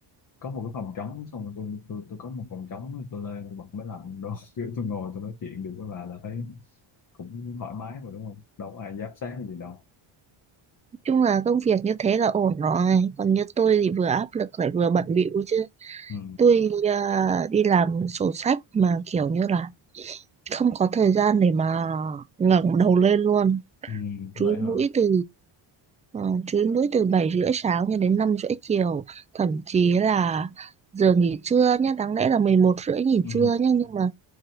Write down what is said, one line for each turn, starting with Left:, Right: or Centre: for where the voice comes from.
Left: có một cái phòng trống xong rồi tôi tôi tôi có một phòng trống tôi lên tôi bật máy lạnh đó <laughs> tôi ngồi tôi nói chuyện được với bà là thấy cũng thoải mái mà đúng không đâu có ai giám sát gì đâu
Right: Nói chung là công việc như thế là ổn rồi, còn như tôi thì vừa áp lực lại vừa bận bịu chứ.
Left: ừ
Right: tôi à, đi làm sổ sách mà kiểu như là không có thời gian để mà ngẩng đầu lên luôn
Left: ừ
Right: chúi
Left: vậy
Right: mũi
Left: hả
Right: từ uh, chúi mũi từ bảy rưỡi sáng cho đến năm rưỡi chiều thậm chí là giờ nghỉ trưa nhá đáng lẽ là 11 rưỡi nghỉ
Left: ừ
Right: trưa nhá nhưng mà